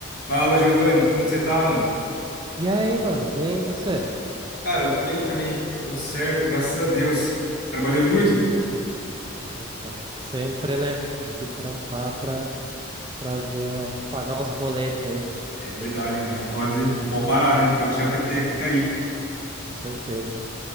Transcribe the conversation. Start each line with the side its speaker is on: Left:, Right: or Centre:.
Left: Fala, Giovanni, como que você tá, mano?
Right: E aí, mano, bem você?
Left: Cara, eu tô bem também, tudo certo, graças a Deus. Trabalhando muito?
Right: Opa, sempre, né? Tem que trampar pra trazer, ó, pagar uns boletos aí,
Left: É verdade, cara, não pode, não pode parar, né? Não Pode deixar a peteca cair.
Right: com certeza.